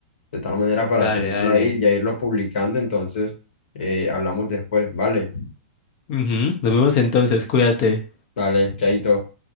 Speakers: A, on the left; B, on the left.
A: de tal manera para
B: Dale,
A: tenerlo
B: dale.
A: ahí y ya irlo publicando. Entonces, eh, hablamos después, ¿vale?
B: Ujú, Nos vemos entonces, cuídate.
A: Vale, chaito.